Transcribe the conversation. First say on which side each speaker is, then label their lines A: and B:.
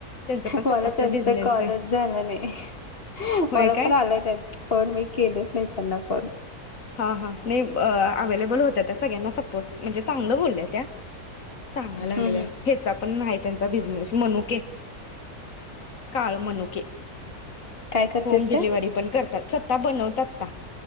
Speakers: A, on the left; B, on the left.
A: त्यांचा पण
B: मला
A: स्वतःचा
B: त्यांचं
A: बिझनेस
B: कॉलच
A: आहे
B: झालं नाही
A: होय
B: मला
A: काय
B: पण आलंय त्यां फोन मी केलेच नाही त्यांना फोन
A: हां हा नाही अवेलेबल होत त्या सगळ्यांना सपोर्ट म्हणजे चांगलं बोलल्या त्या सांगा लागलेल्या
B: हम्म हम्म
A: हेचा पण नाही त्यांचा बिजनेस मनुके काळ मनुके.
B: काय करतेत
A: होम डिलिव्हरी
B: त्या?
A: पण करतात. स्वतः बनवतात